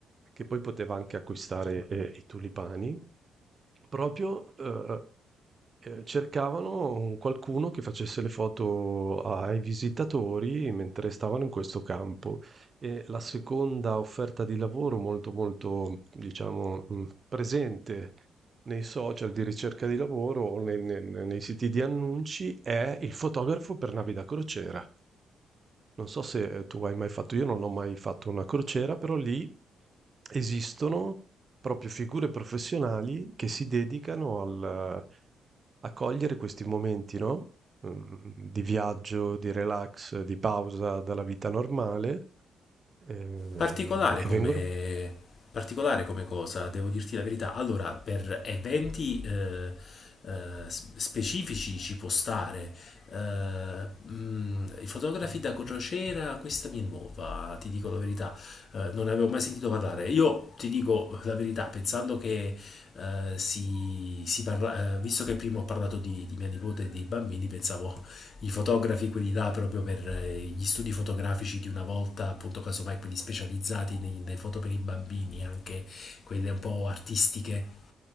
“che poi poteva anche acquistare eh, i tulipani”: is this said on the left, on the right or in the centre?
Right